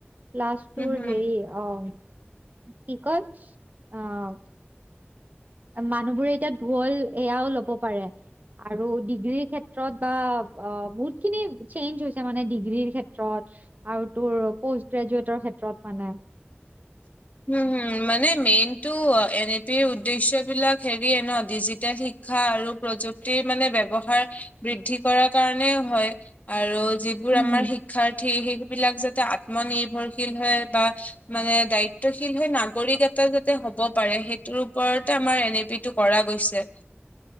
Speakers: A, on the right; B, on the left.
A: প্লাষ্ট তোৰ
B: উম হম
A: হেৰি অহ', - কি কয়, অহ', -। মানুহবোৰে এতিয়া গ'ল এয়াও ল'ব পাৰে। আৰু ডিগ্ৰীৰ ক্ষেত্ৰত বা অঁ' বহুতখিনি চেঞ্জ হৈছে মানে ডিগ্ৰীৰ ক্ষেত্ৰত আৰু তোৰ পষ্ট গ্ৰেজুৱেটৰ ক্ষেত্ৰত মানে।
B: উম, হুম মানে মেইনটো এন এ পিৰ উদ্দেশ্য বিলাক হেৰিয়ে ন' ডিজি শিক্ষা আৰু প্ৰযুক্তিৰ মানে ব্যৱহাৰ বৃদ্ধি কৰাৰ কাৰণেও হয় আৰু যি বোৰ
A: হম
B: আমাৰ
A: হম
B: শিক্ষাৰ্থী সেইবিলাক যাতে আত্মনিৰ্ভৰশীল হয় বা মানে দায়িত্ব শীল হৈ নাগৰিক এটা যাতে হ'ব পাৰে সেইটোৰ ওপৰতে আমাৰ এন এ পি টো কৰা গৈছে।